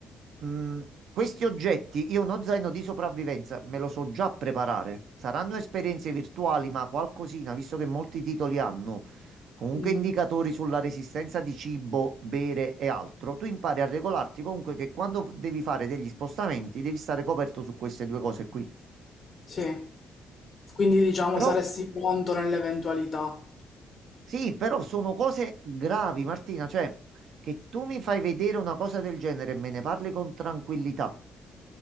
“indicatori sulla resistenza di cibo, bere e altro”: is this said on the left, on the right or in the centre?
Right